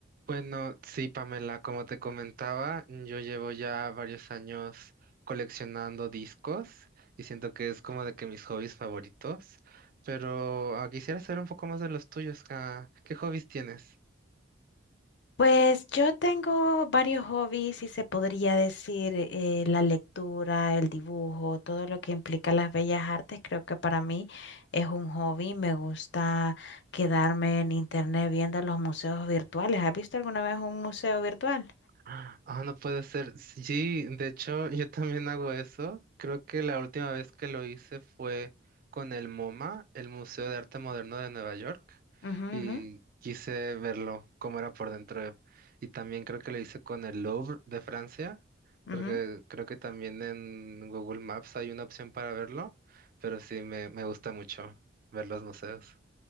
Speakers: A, on the right; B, on the left.
A: Bueno, sí, Pamela, como te comentaba, yo llevo ya varios años coleccionando discos y siento que es como de que mis hobbies favoritos, pero ah, quisiera saber un poco más de los tuyos. ah, ¿Qué hobbies tienes?
B: Pues yo tengo varios hobbies, si se podría decir, eh, la lectura, el dibujo, todo lo que implica las bellas artes, creo que para mí es un hobby. Me gusta quedarme en internet viendo los museos virtuales. ¿Has visto alguna vez un museo virtual?
A: Ah, no puede ser. Sí, de hecho, yo también hago eso. Creo que la última vez que lo hice fue con el MoMA, el Museo de Arte Moderno de Nueva York,
B: Ujú,
A: y
B: ujú,
A: quise verlo, cómo era por dentro. Y también creo que lo hice con el Louvre de Francia,
B: ujú.
A: porque creo que también en Google Maps hay una opción para verlo, pero sí, me, me gusta mucho ver los museos.